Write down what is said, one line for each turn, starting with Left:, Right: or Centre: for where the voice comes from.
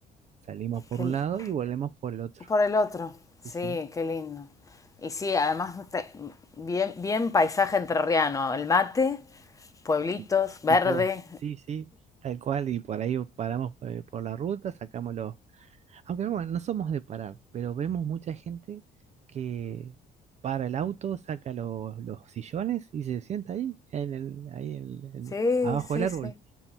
Right: Salimos por
Left: Qué-
Right: un lado y volvemos por el otro.
Left: por el otro. Sí,
Right: Sí, sí.
Left: qué lindo. Y sí, además, te- bien, bien paisaje entrerriano. El mate, pueblitos,
Right: Y,
Left: verde.
Right: y todo. Sí, sí, tal cual. Y por ahí paramos eh, por la ruta, sacamos los, Aunque bueno, no somos de parar, pero vemos mucha gente que para el auto, saca los, los sillones y se sienta ahí, en el, ahí en, el-
Left: Sí,
Right: en- abajo
Left: sí,
Right: del árbol.
Left: sí.